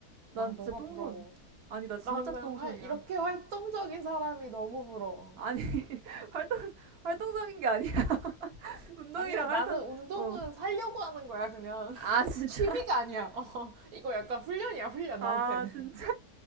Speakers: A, on the right (about 50°); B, on the right (about 70°).
A: 난
B: 난 너가
A: 진짜 똥손.
B: 부러워.
A: 아니, 나 진짜
B: 나는
A: 똥손이야.
B: 활, 이렇게 활동적인 사람이 너무 부러워.
A: 아니, <laughs> 활동, 활동적인 게 아니야. <laughs> 운동이랑
B: 아니야, 나는
A: 활동,
B: 운동은
A: 어.
B: 살려고 하는 거야, 그냥. <laughs>
A: 아, 진짜.
B: 취미가 아니야. 어, 이거 약간 훈련이야, 훈련,
A: 아,
B: 나한테는.
A: 진짜.